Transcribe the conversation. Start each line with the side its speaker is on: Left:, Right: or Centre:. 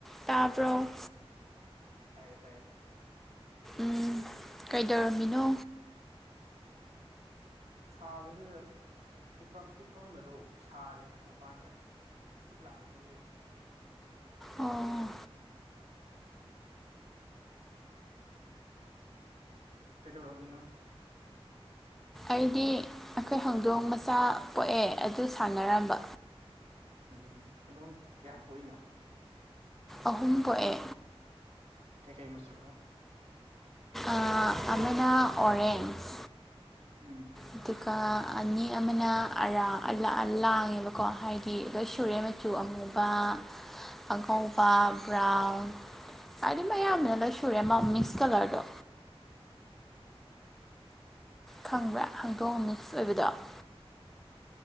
Centre: ꯇꯔꯕꯣ
Right: ꯎꯝ ꯇꯥꯏꯌꯦ ꯇꯥꯏꯌꯦ
Centre: ꯎ ꯀꯩꯗꯧꯔꯝꯃꯤꯅꯣ
Right: ꯁꯥꯕꯁꯤꯗ ꯍꯤꯄꯝ ꯍꯤꯞꯄꯝꯕꯗꯣ ꯁꯥꯔꯦꯅ ꯃꯄꯥꯟꯗ ꯍꯆꯛ ꯂꯥꯡꯕ ꯊꯣꯛꯂꯛꯏ
Centre: ꯑꯣ
Right: ꯀꯩꯗꯧꯔꯝꯃꯤꯅꯣ
Centre: ꯑꯩꯗꯤ ꯑꯩꯈꯣꯏ ꯍꯧꯗꯣꯡ ꯃꯆꯥ ꯄꯣꯛꯑꯦ ꯑꯗꯨ ꯁꯥꯟꯅꯔꯝꯕ
Right: ꯎꯝ ꯑꯗꯨꯝ ꯀꯌꯥꯝ ꯄꯣꯛꯏꯅꯣ
Centre: ꯑꯍꯨꯝ ꯄꯣꯛꯑꯦ
Right: ꯀꯩ ꯀꯩ ꯃꯆꯨꯅꯣ
Centre: ꯑꯥ ꯑꯃꯅ ꯑꯣꯔꯟꯁ
Right: ꯎꯝ
Centre: ꯑꯗꯨꯒ ꯑꯅꯤ ꯑꯃꯅ ꯑꯔꯥ <unintelligible> ꯂꯥꯡꯉꯦꯕꯀꯣ ꯍꯥꯏꯗꯤ ꯂꯣꯏ ꯁꯨꯔꯦ ꯆꯨ ꯑꯃꯨꯕ ꯑꯉꯧꯕ ꯕ꯭ꯔꯥꯎꯟ ꯍꯥꯏꯗꯤ ꯃꯌꯥꯝꯅ ꯂꯣꯏꯟ ꯁꯨꯔꯦ ꯑꯃ ꯃꯤꯛꯁ ꯀꯂꯔꯗꯣ ꯈꯪꯕ꯭ꯔꯥ ꯍꯪꯗꯣꯛꯃꯤꯁ ꯑꯣꯏꯕꯗꯣ